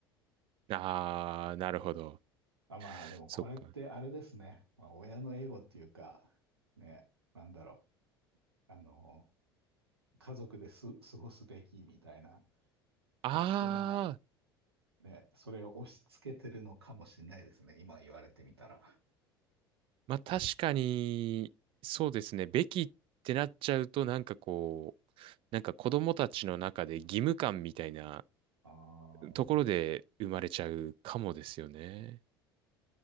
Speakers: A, on the right; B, on the right.
A: あ、ああ、なるほど。
B: あ、まあでもこれってあれですね。
A: そっか。
B: まあ、親のエゴっていうか、ね、なんだろう。あの、家族です過ごすべきみたいな、
A: ああ、
B: 勝手な、ね、それを押し付けてるのかもしれないですね。今言われてみたら。
A: まあ確かに、そうですね。べきってなっちゃうと、なんかこう、なんか子供たちの中で義務感みたいな
B: ああ、
A: ところで生まれちゃうかもですよね。